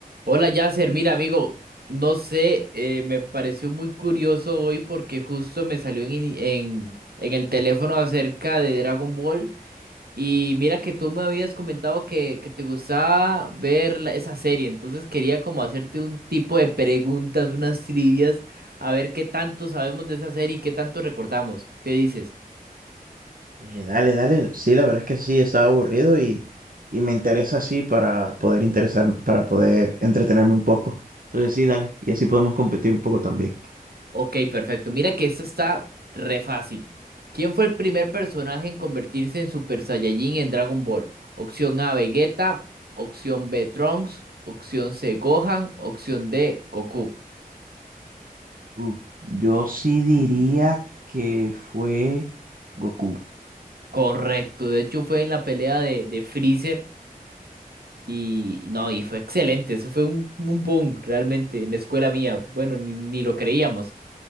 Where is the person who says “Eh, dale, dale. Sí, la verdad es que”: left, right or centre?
Right